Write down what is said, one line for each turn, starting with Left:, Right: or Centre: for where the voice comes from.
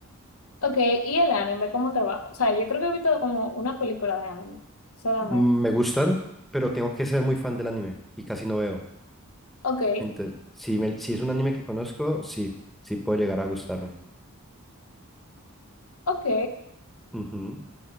Left: Ok, ¿y el anime cómo te va? O sea, yo creo que he visto como una película de anime solamente.
Centre: mm, Me gustan, pero tengo que ser muy fan del anime y casi no veo.
Left: Ok,
Centre: Entonces, si, me- si es un anime que conozco, sí, sí puede llegar a gustarme.
Left: ok.
Centre: Ujú.